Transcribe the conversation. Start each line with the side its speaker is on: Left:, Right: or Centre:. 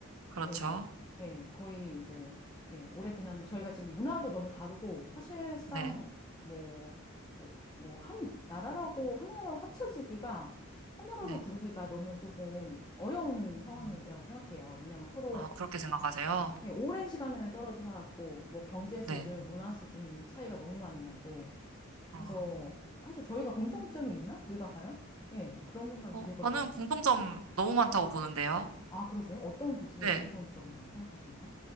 Right: 그렇죠.
Left: 예, 예, 거의 이제, 예, 오래 지난, 저희가 지금 문화도 너무 다르고, 사실상
Right: 네,
Left: 뭐, 뭐, 뭐, 한 나라라고, 하나로 합쳐지기가, 한 나라로
Right: 네.
Left: 부르기가 너무 조금 어려운 상황이라고
Right: 음,
Left: 생각해요. 왜냐하면 서로
Right: 아, 그렇게 생각하세요?
Left: 예, 오랜 시간을 떨어져 살았고, 뭐, 경제 수준,
Right: 네.
Left: 문화 수준 차이가 너무 많이 나고,
Right: 어,
Left: 그래서, 사실 저희가 공통점이 있나? 우리가 과연? 예, 그런 생각이
Right: 어,
Left: 들거든요.
Right: 저는 공통점 너무 많다고 보는데요.
Left: 아, 그러세요? 어떤 부분이
Right: 네.
Left: 공통점이라고 생각하시나요?